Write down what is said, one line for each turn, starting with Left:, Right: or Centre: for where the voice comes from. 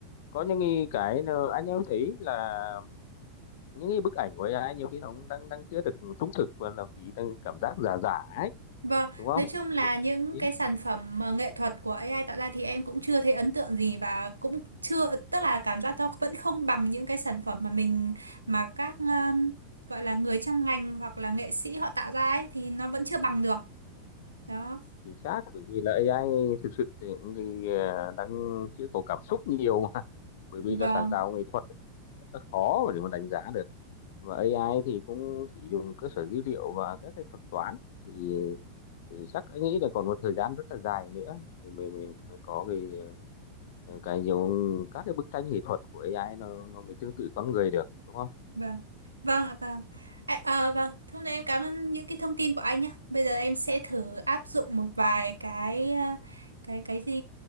Left: có những cái cái nó- anh em thấy là những cái bức ảnh của AI nhiều khi nó cũng đang đang chưa được trung thực và nó chỉ đang cảm giác giả giả ấy
Right: Vâng,
Left: đúng không
Right: nói chung là
Left: chỉ
Right: những
Left: chính
Right: cái sản phẩm mà nghệ thuật của AI tạo ra thì em cũng chưa thấy ấn tượng gì và cũng chưa tức là cảm giác nó vẫn không bằng những cái sản phẩm mà mình mà các um, gọi là người trong ngành hoặc là nghệ sĩ họ tạo ra ấy thì nó vẫn chưa bằng được. Đó.
Left: chính xác bởi vì là AI thực sự thì cũng thì, ờ, đang chưa có cảm xúc nhiều mà bởi vì là
Right: Vâng,
Left: sáng tạo nghệ thuật ấy, rất là khó mà để mà đánh giá được và AI thì cũng chỉ dùng cơ sở dữ liệu và các cái thuật toán thì, thì chắc anh nghĩ là còn một thời gian rất là dài nữa thì mình mình mới có cái ờ, cái nhiều các cái bức tranh nghệ thuật của AI nó nó mới tương tự con người được đúng không
Right: vâng. Vâng ạ, vâng. À, ờ, vâng, Thế hôm nay em cảm ơn những cái thông tin của anh nhé. Bây giờ em sẽ thử áp dụng một vài cái ờ, cái cái gì